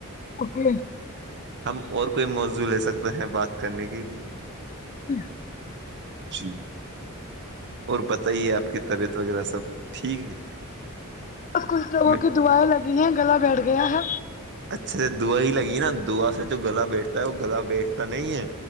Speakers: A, on the left; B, on the right.
A: او کے
B: ہم اور کوئی موضوع لے سکتے ہیں بات کرنے کے لیے
A: <inaudible>
B: جی اور بتائیے آپ کی طبیعت وغیرہ سب ٹھیک ہے
A: بس کچھ لوگوں
B: میں
A: کی دعائیں لگی ہیں گلا بیٹھ گیا ہے
B: اچھا دهوا ہی لگی ہے نا دهوا سے جو گلا بیٹھتا ہے وہ گلا بیٹھتا نہیں ہے